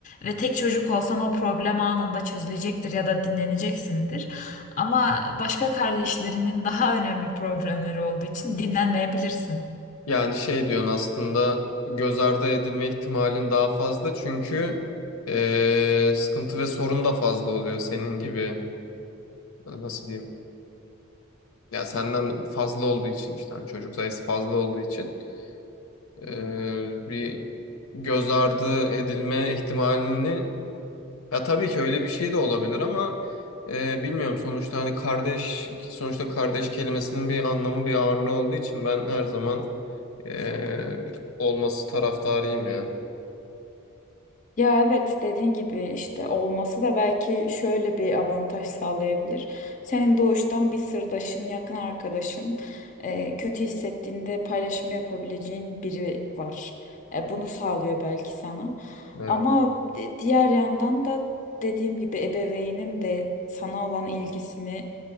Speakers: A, on the left; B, on the left.
A: Ve tek çocuk olsan o problem anında çözülecektir ya da dinleneceksindir. Ama başka kardeşlerinin daha önemli problemleri olduğu için dinlenmeyebilirsin.
B: Yani şey diyorsun aslında göz ardı edilme ihtimalin daha fazla çünkü eee, sıkıntı ve sorun da fazla oluyor senin gibi nasıl diyeyim ya senden fazla olduğu için işte hani çocuk sayısı fazla olduğu için eee, bir göz ardı edilme ihtimalini ya tabii ki öyle bir şey de olabilir ama eee, bilmiyorum sonuçta hani kardeş sonuçta kardeş kelimesinin bir anlamı bir ağırlığı olduğu için ben her zaman eee, olması taraftarıyım ya.
A: Ya evet dediğin gibi işte olması da belki şöyle bir avantaj sağlayabilir. Senin doğuştan bir sırdaşın, yakın arkadaşın, e, kötü hissettiğinde paylaşım yapabileceğin biri var. E, bunu sağlıyor belki sana.
B: Evet.
A: Ama di- diğer yandan da dediğim gibi ebeveynin de sana olan ilgisini